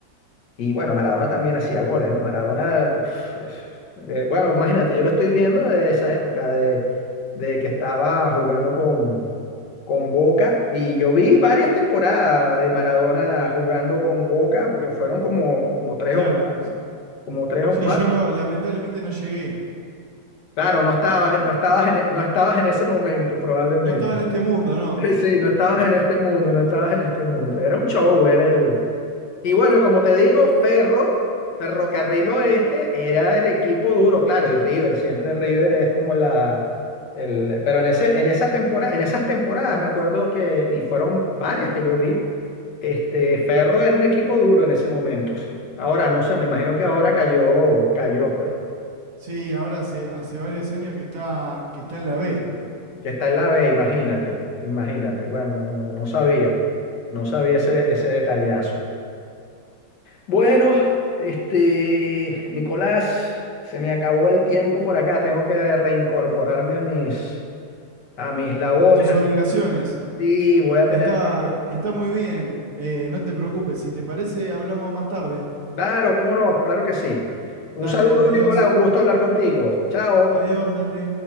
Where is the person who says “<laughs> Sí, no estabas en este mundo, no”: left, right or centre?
Left